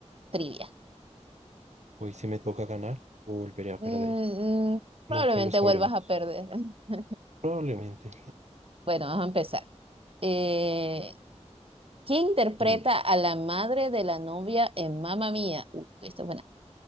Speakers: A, on the right; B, on the right.
A: trivia.
B: Hoy sí me toca ganar o volveré a
A: Mm,
B: perder.
A: mm, probablemente
B: Nunca lo sabremos.
A: vuelvas a perder. <laughs>
B: Probablemente.
A: Bueno, vamos a empezar. Eh, ¿quién interpreta
B: <laughs> Vale.
A: a la madre de la novia en Mamma Mía? Uh, esta es buena.